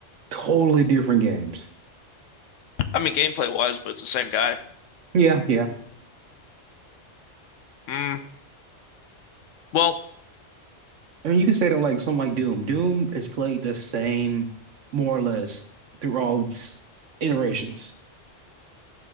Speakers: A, on the right; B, on the left.
A: totally different games.
B: I mean gameplay wise, but it's the same guy.
A: Yeah, yeah.
B: Mm. Well,
A: I mean, you can say that like something like Doom. Doom is played the same, more or less, through all its iterations.